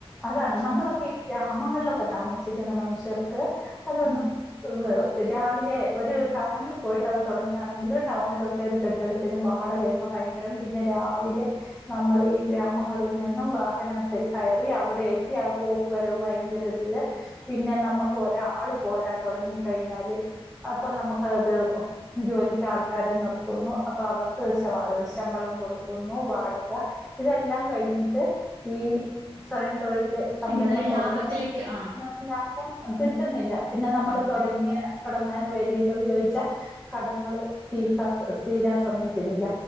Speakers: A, in the centre; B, on the right.
A: അതാണ്
B: ഉം
A: നമ്മളൊക്കെ ഈ ഗ്രാമങ്ങളിലൊക്കെ താമസിക്കുന്ന മനുഷ്യർക്ക് അതൊന്നും
B: ഉം
A: രാവിലെ ഒരു ടൗണിൽ പോയിട്ടത് തുടങ്ങുകയാണെങ്കിൽ ടൗണിലൊക്കെ ഒരു കെ ട്ടിടത്തിന് വാടക ഒക്കെ ഭയങ്കരം പിന്നെ രാവിലെ നമ്മൾ ഈ ഗ്രാമങ്ങളിൽ നിന്നും വാഹനത്തിൽ കയറി അവിടെ എത്തി ആ പോ ക്ക് വരവ് ഭയങ്കര ഇത് പിന്നെ നമ്മുക്ക് ഒരാള് പോരാ തുടങ്ങി കഴിഞ്ഞാല് അപ്പൊ നമുക്ക് അത് ജോലിക്ക് ആൾക്കാരെ നിർത്തുന്നു അപ്പൊ അവർക്ക് ശ ശമ്പളം കൊടുക്കുന്നു വാടക ഇതെല്ലാം കഴിഞ്ഞിട്ട് ഈ സ്വയം തൊഴില് സംരംഭം
B: അതിന്നൊരു ലാഭത്തിലേക്ക്
A: തുടങ്ങിയ
B: ആ
A: ലാഭം കിട്ടുന്നില്ല പിന്നെ നമ്മള്
B: ഉം
A: തുടങ്ങിയ തുടങ്ങാൻ വേണ്ടിട്ട് ഉപയോഗിച്ച കടങ്ങള്ൾ തീർത്താ സ് തീരാ സമ്മതിക്കുന്നില്ല